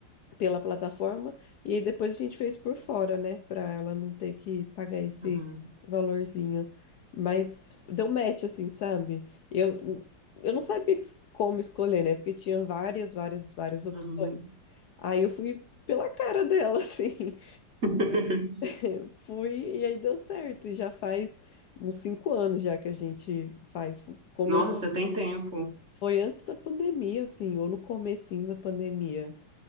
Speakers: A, on the left; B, on the right.
A: pela plataforma e aí depois a gente fez por fora, né, Pra ela não ter que pagar esse
B: Uhum,
A: valorzinho. Mas deu match assim, sabe? Eu eu não sabia es- como escolher, né? Porque tinha várias, várias, várias opções.
B: uhum.
A: Aí eu fui pela cara dela, <laughs> assim.
B: <laughs>
A: <laughs> Fui e aí deu certo. E já faz uns cinco anos já que a gente faz. Come...
B: Nossa, já tem tempo.
A: Foi antes da pandemia, assim, ou no comecinho da pandemia.